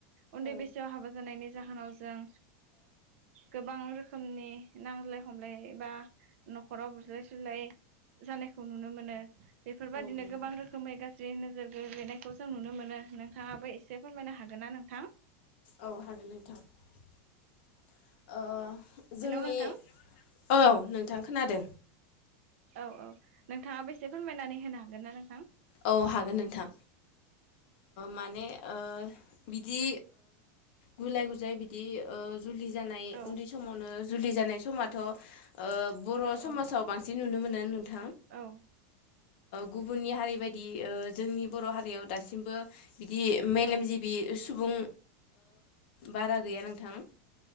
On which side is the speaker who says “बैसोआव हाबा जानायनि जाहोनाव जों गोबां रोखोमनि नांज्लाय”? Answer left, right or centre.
Right